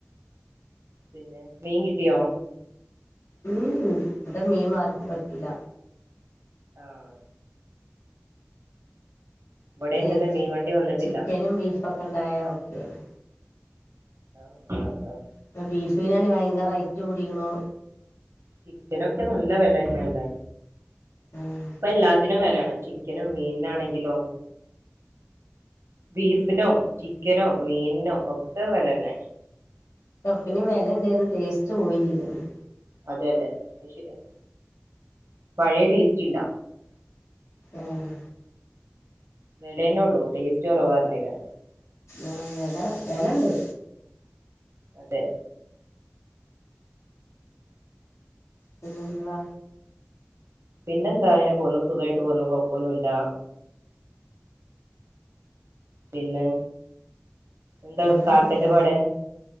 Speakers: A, on the right; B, on the left.
A: പിന്നെ മീൻ കിട്ടിയോ?
B: ഉം ഉം വടെ മീൻ ആർക്കും പറ്റൂല.
A: ആഹ് ഇവിടെയും
B: ഏഹ്
A: തന്നെ
B: ചിക്
A: മീൻ വണ്ടി വന്നിട്ടില്ല
B: ചിക്കനും, ബീഫൊക്കെ ണ്ടായ ഒക്കേണ്.
A: അഹ് അഹ് അഹ്
B: പ്പം ബീഫ് നെന്നെ വയങ്കര റേറ്റ് കൂടിണു.
A: ചിക്കനൊക്കെ നല്ല വെലന്നെല്ലെ.
B: ഉം
A: പ്പ എല്ലാ ത്തിനും വെലാണ്. ചിക്കനും, മീനാണെങ്കിലോ ബീഫിനും, ചിക്കനും, മീൻന്നും ഒക്കെ വെലന്നെ.
B: ഒക്കെനും വെലണ്ടേനും ടേസ്റ്റ് പോയിം ചെയ്ത് ക്ക്ണ്
A: അതെ അതെ അഹ് ശരിയാ. പഴേ ടേസ്റ്റില്ല.
B: ആഹ്
A: വിലേന്നൊള്ളൂ ടേസ്റ്റ് കൊറവാർഞ്ഞീലെ
B: ആഹ് വെല വെലണ്ട്.
A: അതെ
B: പിന്നെന്തുവാ
A: പിന്നെന്താ നെ പോവുന്നു. സുഖായിട്ട് പോവുന്നു. കൊഴപ്പൊന്നു ല്ല. പിന്നെ എന്താ
B: പിന്നെന്താ
A: കാക്കന്റെ പാട്